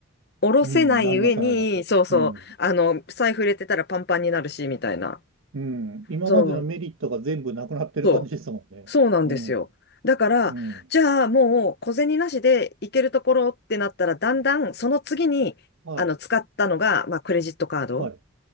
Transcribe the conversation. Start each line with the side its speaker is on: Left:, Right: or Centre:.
Left: 下ろせない上に、
Right: うん。なります、なります。
Left: そうそう、
Right: うん。
Left: あの、財布入れてたらパンパンになるし、みたいな。
Right: うん。今までのメリットが全部なくなってる感じですもんね。
Left: そう、そうそうなんですよ。
Right: うん。
Left: だから、
Right: うん。
Left: じゃあもう小銭なしで行けるところってなったら、だんだんその次にあの使ったのが、
Right: はい。
Left: まあ、クレジットカード。
Right: はい。